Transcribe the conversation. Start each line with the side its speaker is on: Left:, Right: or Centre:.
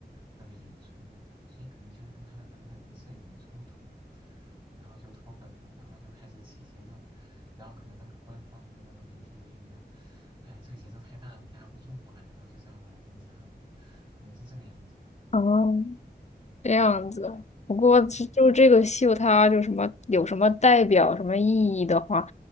Right: 那个演出，所以可能就是跟他的那个人设有点冲突了，然后就脱粉了，然后就开始起节奏，然后可能那个官方的那个媒体就觉得，哎呀这个节奏太大了，压不住啊，然后就只好把他封杀了，可能是这个样子。
Left: 哦，这样子。不过就就这个秀，
Right: 嗯，
Left: 它就什么有什么代表、什么意义的话，